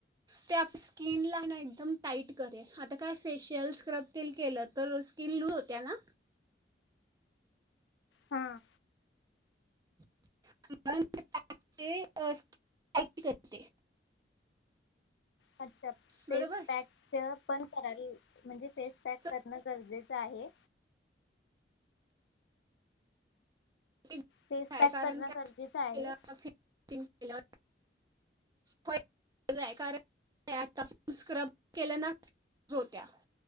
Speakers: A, on the right; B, on the left.
A: ते आप स्किनला ना एकदम टाईट करे, आता काय फेशियल स्क्रब तेन केलं तर स्किन लूज होत्या ना?
B: हां
A: <inaudible> अ टाइट करते.
B: अच्छा! फेस
A: बरोबर
B: पॅकच पण कराल म्हणजे, फेसपॅक
A: तर
B: करणं गरजेच आहे.
A: काय
B: फेस पॅक
A: कारण,
B: करणं
A: काय
B: गरजेचं
A: <inaudible>
B: आहे
A: क्लिअर होय, <unintelligible> कारण की आता आपण स्क्रब केलं ना लूज होत्या,